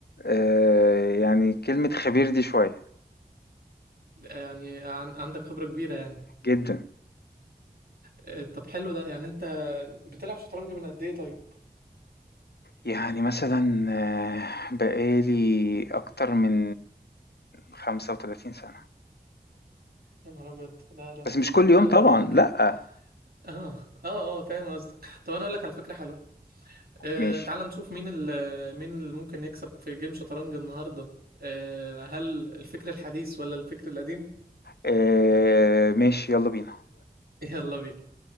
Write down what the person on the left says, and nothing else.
آه، يعني كلمة خبير دي شوية
جدا
يعني مثلا آه، بقالي اكتر من 35 سنة
بس مش
كل يوم طبعا
لأ
ماشي
آه، ماشي يلا بينا